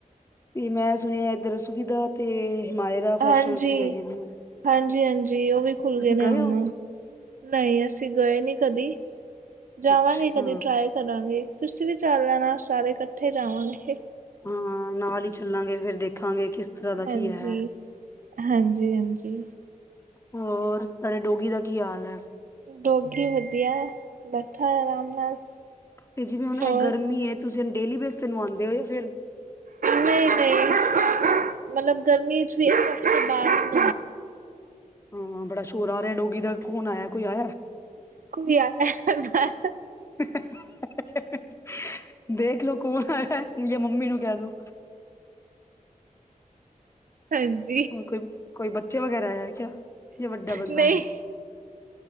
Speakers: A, on the left; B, on the right.
A: ਤੇ ਮੈਂ ਸੁਣਿਆ ਇਧਰ ਸੁਵਿਧਾ ਤੇ ਹਿਮਾਇਰਾ ਫੈਸ਼ਨ
B: ਹਾਂਜੀ
A: ਵੀ ਹੈਗੇ ਨੇ
B: ਹਾਂਜੀ ਹਾਂਜੀ ਉਹ ਵੀ ਖੁੱਲ
A: ਤੁਸੀਂ
B: ਗਏ ਨੇ ਹੁਨ
A: ਹੋ
B: ਨਹੀਂ ਅਸੀਂ ਗਏ ਨਹੀਂੀ ਕਦੀ ਜਾਵਾਂਗੇ
A: ਅੱਛਾ
B: ਕਦੀ ਟਰਾਈ ਕਰਾਂਗੇ ਤੁਸੀਂ ਵੀ ਚੱਲ ਲੈਣਾ ਸਾਰੇ ਇਕੱਠੇ ਜਾਵਾਂਗੇ ਇਹ
A: ਹਾਂ ਨਾਲ ਹੀ ਚੱਲਾਂਗੇ ਫੇਰ ਦੇਖਾਂਗੇ ਕਿਸ ਤਰ੍ਹਾਂ ਦਾ
B: ਹਾਂਜੀ
A: ਕੀ ਹੈ
B: ਹਾਂਜੀ ਹਾਂਜੀ
A: ਹੋਰ ਤੂੰਹਾਡੇ ਡੋਗੀ ਦਾ ਕੀ ਹਾਲ ਹੈ
B: ਡੋਗੀ ਵਧੀਆ ਹੈ ਬੈਠਾ ਆਰਾਮ ਨਾਲ
A: ਤੇ ਜਿਵੇਂ ਹੁਣ ਇਹ
B: ਹੋਰ
A: ਗਰਮੀ ਹੈ ਤੁਸੀਂ ਡੇਲੀ ਬੇਸ ਤੇ ਨਵਾਉਂਦੇ ਹੋ ਜਾਂ ਫਿਰ
B: ਨਹੀਂ ਨਹੀਂ ਮਤਲਬ ਗਰਮੀ ਚ ਵੀ ਇੱਕ ਹਫ਼ਤੇ ਬਾਅਦ
A: ਹਾਂ ਬੜਾ ਸ਼ੋਰ ਹ ਰਿਹਾ ਡੋਰੀ ਦਾ ਕੌਣ ਆਇਆ ਕੋਈ ਆਇਆ
B: ਕੋਈ ਆਇਆ ਬਾਹਰ
A: <unintelligible> ਦੇਖਲੋ ਕੌਣ ਆਇਆ ਜਾ ਮੰਮੀ ਨੂੰ ਕਹਿ ਦੂੰ
B: ਹਾਂਜੀ
A: ਹੋਰ ਕੋਈ ਕੋਈ ਬੱਚੇ ਵਗੈਰਾ ਹੈ ਕਿਆ ਇਹ ਵੱਡਾ ਬੰਦਾ
B: ਨਹੀਂ
A: ਹੈ